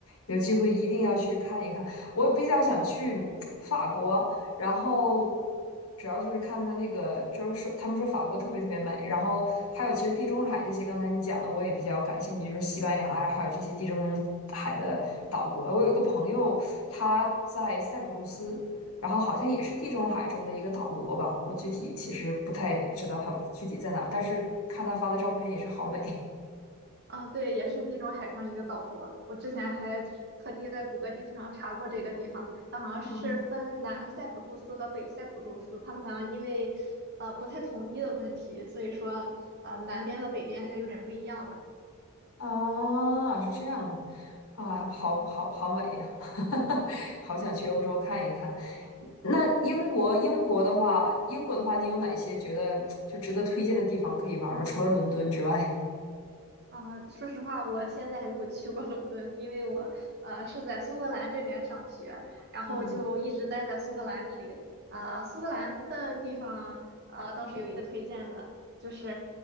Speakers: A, on the left; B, on the right.
A: 有机会一定要去看一看。我比较想去嗯法国，然后主要就是看他那个，就是说他们说法国特别特别美，然后还有其实地中海这些，刚才你讲的我也比较感兴趣，就是西班牙呀，还有这些地中海的岛国。我有一个朋友，他在塞浦路斯。然后好像也是地中海中的一个岛国吧，我具体其实不太知道他具体在哪儿，但是看他发的照片也是好美。
B: 嗯，对，也是地中海上一个岛国。我之前还特地在谷歌地图上查过这个地方，它好像是分南塞浦路斯和北塞浦路斯，
A: 嗯，
B: 他们好像因为呃不太统一的问题，所以说呃南边和北边还是有点不一样的。
A: 啊，是这样的，啊，好好好美呀，<laughs> 好想去欧洲看一看。那英国，英国的话，英国的话，你有哪些觉得就值得推荐的地方可以玩吗？除了伦敦之外，
B: 啊，说实话，我现在还没有去过伦敦，因为我呃是在苏格兰这边上学，然后就一直待在苏格兰这里。
A: 嗯
B: 啊、苏格兰的地方呃倒是有一个推荐的，就是